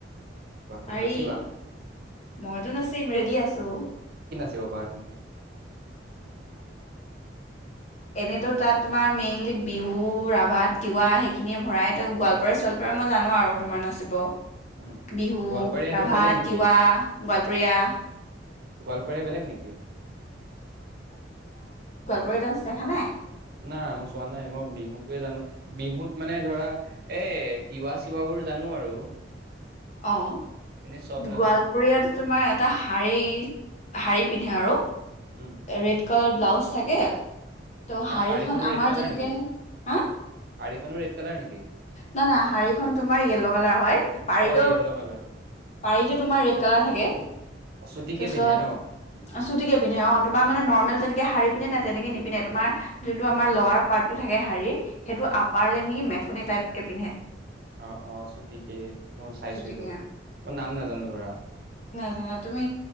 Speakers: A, on the right; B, on the left.
A: বা তুমি
B: পাৰি,
A: নাচিবা?
B: মইতো নাচিম ৰেডি আছো।
A: দিব পাৰা তুমি
B: এনেইতো তাত তোমাৰ মেইনলি বিহু, ৰাভা, তিৱা সেইখিনিয়ে ভৰাইতো গোৱালপাৰা চোৱালপাৰা মই জানো আৰু তোমাৰ নাচিব।
A: উম,
B: বিহু,
A: গোৱালপাৰীয়া সেইটো
B: ৰাভা,
A: বেলেগ নেকি?
B: তিৱা, গোৱালপৰীয়া
A: গোৱালপাৰীয়া বেলেগ নেকি?
B: ব্ৰ ডান্স দেখা নাই?
A: নাই মই চোৱা নাই মই বিহুটোৱে জানো, বিহুত মানে ধৰা এ তিৱা চিৱাবোৰ জানো আৰু
B: অঁ
A: এনে চব নাজানো
B: গোৱালপৰীয়াটো তোমাৰ এটা শাৰী শাৰী পিন্ধে আৰু
A: উম
B: ৰেড কালাৰ ব্লাউজ থাকে ত
A: আৰু
B: শাৰীখন
A: শাৰীখনো
B: আমাৰ
A: ৰেড কালাৰ
B: যেনেকে,
A: নেকি
B: হা
A: শাৰীখনো ৰেড কালাৰ নেকি
B: না না শাৰীখন তোমাৰ য়েল্ল কালাৰ হয় পাৰীটো
A: অ য়েল্ল' কালাৰ
B: পাৰীটো তোমাৰ ৰেড কালাৰ থাকে।
A: অ চুটিকে
B: তাৰছত
A: পিন্ধে ন
B: চুটিকে পিন্ধে অঁ তোমাৰ মানে নৰ্মেল যেনেকে শাৰী পিন্ধে ন তেনেকে নিপিন্ধে তোমাৰ যোনটো আমাৰ লৱাৰ পাৰ্ট টো থাকে শাৰীত সেইটো
A: উম
B: আপাৰলেনি মে ঠনি টাইপ কে পিন্ধে
A: অ অ চুটিকে মই চাইছো
B: চুটিকে
A: এইটো, মই নাম নাজানো ধৰা।
B: আ তুমি,